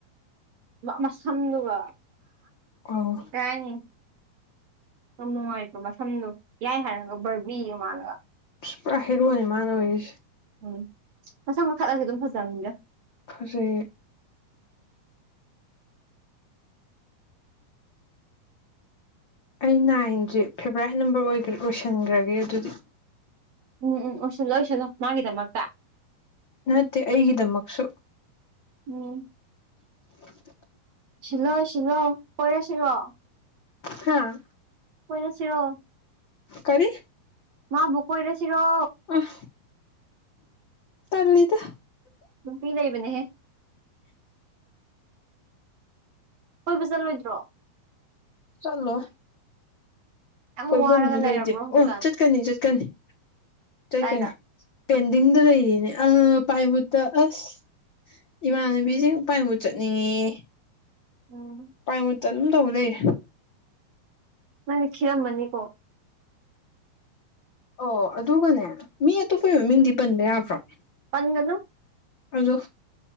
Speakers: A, on the right (about 55°); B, on the left (about 80°).
A: ꯃꯁꯝꯗꯨꯒ
B: ꯑꯧ
A: ꯔꯅꯤ ꯀꯃꯁ ꯁꯝꯅꯨ ꯌꯥꯏ ꯍꯥꯏꯔꯒ ꯕꯔꯕꯤꯒ ꯃꯥꯂꯒ
B: ꯄꯨꯔꯥ ꯍꯩꯔꯨꯑꯅꯤ ꯃꯥꯅ ꯑꯣꯏꯔꯤꯁꯦ
A: ꯎꯝ ꯃꯁꯪ ꯃꯈꯥꯠꯂꯁꯨꯦ ꯑꯗꯨꯝ ꯐꯖꯕꯅꯤꯒ
B: ꯐꯁ ꯑꯩ ꯅꯥꯏꯟꯁꯦ ꯐꯦꯚꯣꯔꯥꯏꯠ ꯅꯝꯕꯔ ꯑꯣꯏ ꯑꯣꯏꯁꯟꯈ꯭ꯔꯒꯦ ꯑꯗꯨꯗꯤ
A: ꯎꯝ ꯎꯝ ꯑꯣꯏꯁꯤꯜꯂꯣ ꯑꯣꯏꯁꯤꯜꯂꯣ ꯃꯥꯒꯤꯗꯃꯛꯇ
B: ꯅꯠꯇꯦ ꯑꯩꯒꯤꯗꯃꯛꯁꯨ
A: ꯎꯝ
B: <unintelligible>
A: ꯁꯤꯂꯣ ꯁꯤꯂꯣ ꯄꯦ ꯁꯤꯂꯣ
B: ꯍꯥꯥ
A: ꯍꯣꯏꯅꯁꯤꯔꯣ
B: ꯀꯔꯤ
A: ꯃꯥ ꯀꯔꯁꯤ ꯔꯣ
B: ꯑ ꯇꯜꯂꯤꯗ
A: ꯅꯨꯄꯤ ꯂꯩꯕꯅꯦꯍꯦ ꯀꯣꯏꯕ ꯆꯠꯂꯣꯏꯗ꯭ꯔꯣ
B: ꯆꯂꯣ
A: ꯌꯥꯝ
B: ꯀꯣꯏꯕꯁꯨ
A: ꯋꯥꯔꯒ ꯂꯩꯔꯕ꯭ꯔꯣ
B: ꯂꯩꯇꯦ
A: ꯍꯧꯖꯤꯛꯀꯥꯟ
B: ꯑꯣ ꯆꯠꯀꯅꯤ ꯆꯠꯀꯅꯤ ꯆꯩꯀꯅꯤ
A: ꯑꯗꯥꯏꯗ
B: ꯄꯦꯟꯗꯤꯡꯗ ꯂꯩꯌꯦꯅꯦ ꯑꯥ ꯄꯥꯏꯃꯨꯠꯇ ꯑꯁ ꯏꯃꯥꯟꯅꯕꯤꯁꯤꯡ
A: ꯎꯝ
B: ꯄꯥꯏꯕꯨꯠ ꯆꯠꯅꯤꯡꯉ
A: ꯎꯝ
B: ꯄꯥꯏꯃꯨꯠꯇ ꯑꯗꯨꯝ ꯇꯧꯕ ꯂꯩ
A: ꯅꯪꯅ ꯈꯦꯔꯝꯃꯅꯤꯀꯣ
B: ꯑꯣ ꯑꯗꯨꯒꯅꯦ ꯃꯤ ꯑꯇꯣꯞꯄ ꯃꯃꯤꯡꯗꯤ ꯄꯟꯕ ꯌꯥꯕ꯭ꯔꯣ
A: ꯄꯪꯒꯅ
B: ꯑꯗꯣ